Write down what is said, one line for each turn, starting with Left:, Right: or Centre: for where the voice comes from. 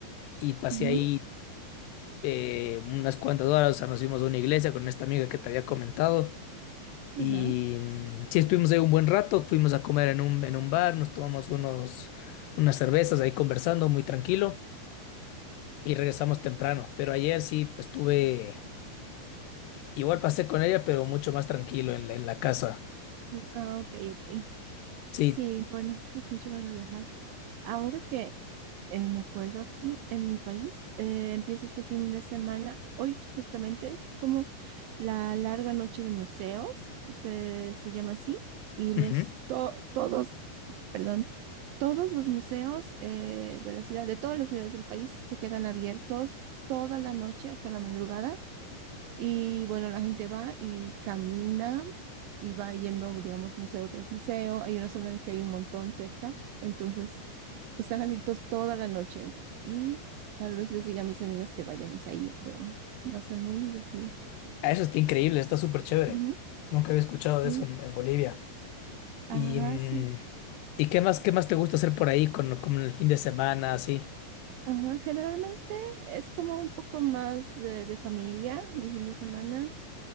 Left: y pasé
Right: Ujú,
Left: ahí eh, unas cuantas horas, o sea, nos fuimos a una iglesia con esta amiga que te había comentado y
Right: Ajá.
Left: mm, sí estuvimos ahí un buen rato, fuimos a comer en un, en un bar, nos tomamos unos, unas cervezas ahí conversando muy tranquilo y regresamos temprano, pero ayer sí pues, estuve, igual pasé con ella, pero mucho más tranquilo en la, en la casa.
Right: Ujú. Ah, ok, ok.
Left: Sí,
Right: Sí, bueno, es mucho más relajado. Ahora que eh, me acuerdo aquí en mi país, eh, empieza este fin de semana. Hoy justamente es como la larga noche de museos, se, se llama así. Y los
Left: ujú.
Right: to- todos perdón, todos los museos eh, de la ciudad, de todas las ciudades del país, se quedan abiertos toda la noche hasta la madrugada. Y bueno, la gente va y camina y va yendo, digamos, museo tras museo. Hay una zona en que hay un montón cerca, entonces están abiertos toda la noche. Y tal vez les diga a mis amigas que vayamos a ir, pero va a ser muy divertido.
Left: Ah, Eso está increíble, está súper chévere.
Right: Ujú,
Left: Nunca había escuchado
Right: Sí,
Left: de eso en, en Bolivia. Y,
Right: ajá,
Left: mm,
Right: sí.
Left: ¿y qué más, qué más te gusta hacer por ahí con, con el fin de semana, así?
Right: Ajá, generalmente es como un poco más de, de familia, mi fin de semana.